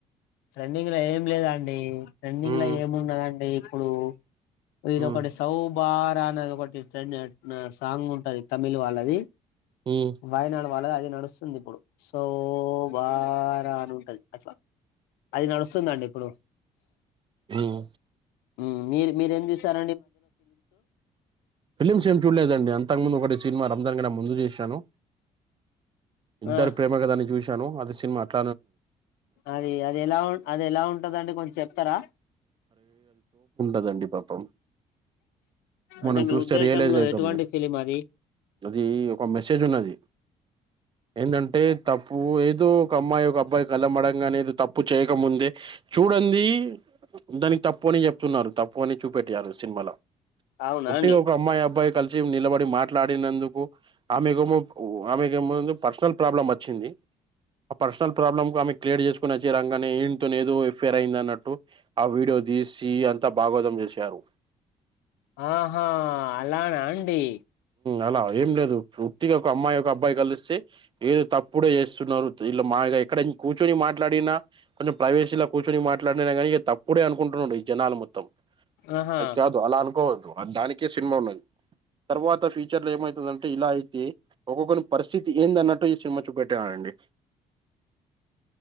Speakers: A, on the left; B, on the right.
A: ర్రంన్నింగ్ లో ఏంలేద అండి ర్రెండింగ్
B: మ్మ్
A: లో ఏముండదండి ఇప్పుడు ఇది
B: మ్మ్
A: ఒకటి సౌభార అనేది ఒకటి ట్రెండ్ సాంగ్ ఉంటది తమిళ్ వాళ్ళది
B: మ్మ్
A: వయనాడు అళ అది నడుస్తుంది ఇప్పుడు సో బా రాని ఉంటది అట్లా అది నడుస్తుందండి ఇప్పుడు
B: మ్మ్
A: మ్ మీరు మీరేం చూసారు
B: ఫిలిమ్స్ ఏం చూడలేదండి అంతకు ముందు ఒకటి సినిమా రమ్ందాని క ముందు చేశాను ఇద్దరు
A: ఆ
B: ప్రేమ కదాన్ని చూసి తను అది సిమ్ <unintelligible>
A: అది అది ఎలా ఉం అది ఎలా ఉంటందండి కొంచం చెప్తారా
B: అదండి పాప్పం
A: అంటే
B: మనం
A: మీ
B: చూస్తే
A: ఉద్దేశంలో
B: రియలైజ్ అయ్నతాం
A: ఎటువంటి
B: నా
A: ఫిలిం అది
B: అది ఒక మెసేజ్ ఉన్నది. ఏందంటే తప్పు ఏదో ఒక అమ్మాయి ఒక అబ్బాయి కళ్ళమడంగానే ఏద తప్పు చేయకముందే చూడంది దానికి తప్పు అని చెప్తున్నారు. తప్పు పోని చూపెటియారుస్ చిన్మాలో
A: అవునా
B: ఉట్టిగా
A: అండి
B: ఒక అమ్మాయ్ అబ్బాయ్ కలిసి నిలబడి మాట్లాడినందుకు ఆమిగోమో ఓ ఆమె గమ్మునుంది పర్సనల్ ప్రాబ్లమ్ వచ్చింది. ఆ పర్సనల్ ప్రాబ్లమ్ ఆమె క్రియేట్ చేస్కొనొచ్చి ఈడ కానీ ఇన్తోనేదో ఎఫేర్ అయిద్ అన్నట్టు టు ఆ వీడియో తీసి అంతా భాగవతం చేశారు
A: ఆహా అలానా అండి
B: అలా ఏం లేదు పూర్తిగా ఒక అమ్మాయి ఒక అబ్బాయి కలిస్తే ఏదో తప్పుడే చేస్తున్నారు ఇలా మాగా ఎక్కడ ఏన్ కూర్చొని మాట్లాడినా, కొంచెం ప్రైవేసీలో కూర్చొని మాట్లాడి, కానీ తప్పుడే అనుకుంటున్నాడు ఈ జనాలు మొత్తం.
A: ఆహా
B: అద్ కాదు అలా అనుకోద్దు <unintelligible> దానికి సినిమా ఉన్నది. తర్వాత ఫ్యూచర్ లో ఏమైతదంటే ఇలా అయితే ఒక్కొక్కని పరిస్థితి ఏంద అన్నట్టు ఈ సినిమా చూపెట్టానండి.